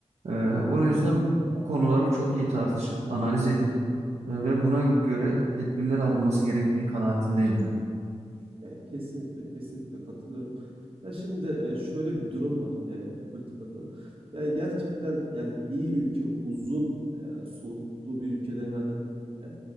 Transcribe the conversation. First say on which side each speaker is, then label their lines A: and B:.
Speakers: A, on the right; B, on the right.
A: E, o yüzden bu konuları çok iyi tartışıp analiz edip e, ve buna göre tedbirler alınması gerektiği kanaatindeyim ben.
B: Ya, kesinlikle, kesinlikle katılıyorum. Ya şimdi e, şöyle bir durum var e, politikada da. Yani gerçekten yani iyi ülke uzun e, soluklu bir ülkede hani e,